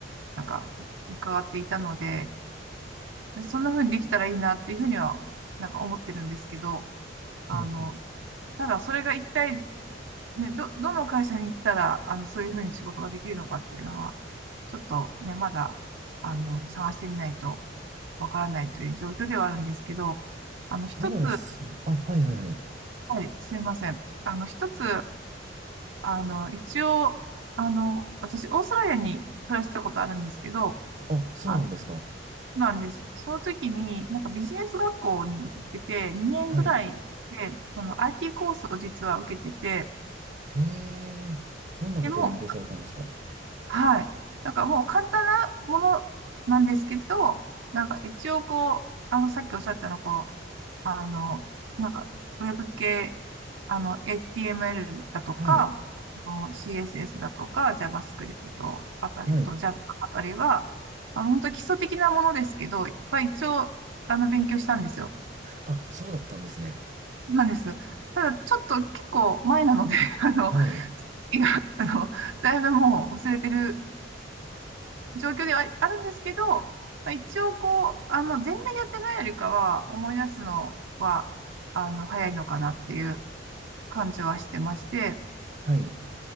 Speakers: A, on the right; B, on the right.
A: なんか、伺っていたので、そんな風にできたらいいなっていうふうには、なんか思ってるんですけど、あの、
B: うんうん。
A: ただそれが一体、ね、ど、どの会社に行ったら、あの、そういうふうに仕事ができるのかっていうのは、ちょっとね、まだ、あの、探してみないとわからないという状況ではあるんですけど、あの、一つ、
B: そうですね。あ、はいはいはい。
A: はい、すいません。あの、一つ、あの、一応、あの、私、オーストラリアに暮らしたことあるんですけど、
B: あ、そうなんですか。
A: あのなんです。その時に、なんかビジネス学校に行ってて、2年ぐらいで、
B: はい。
A: その IT コースを実は受けてて、
B: へえ、どんなことを勉強されたんですか
A: でも、はい。だからもう簡単なものなんですけど、なんか一応こう、あの、さっきおっしゃったの、こう、あの、なんか、ウェブ系、あの、HTML だとか、
B: はい。
A: あの CSS だとか、JavaScript あたりと
B: はい。
A: Java あたりは、あの、本当基礎的なものですけど、いっぱい一応、あの、勉強したんですよ。
B: あ、そうだったんですね。
A: なんです。ただ、ちょっと結構前なので、<laughs> あの、
B: はい。
A: いやあの、だいぶもう忘れてる状況ではあるんですけど、まあ、一応こう、あの、全然やってないよりかは、思い出すのは、あの、早いのかなっていう感じはしてまして、
B: はい。